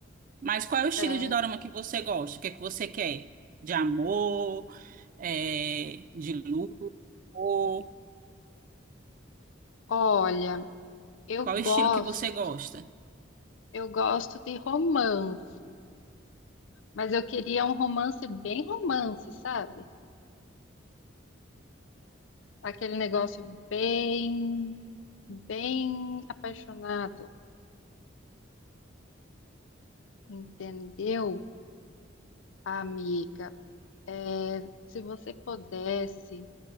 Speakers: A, on the right; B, on the left.
A: Mas qual é o estilo
B: Certo.
A: de dorama que você gosta? O que é que você quer? De amor, é, de luto? Ou
B: Olha, eu
A: qual
B: gosto,
A: é o estilo que você gosta?
B: eu gosto de romance, mas eu queria um romance bem romance, sabe? Aquele negócio bem, bem apaixonado, entendeu? Amiga, eh, se você pudesse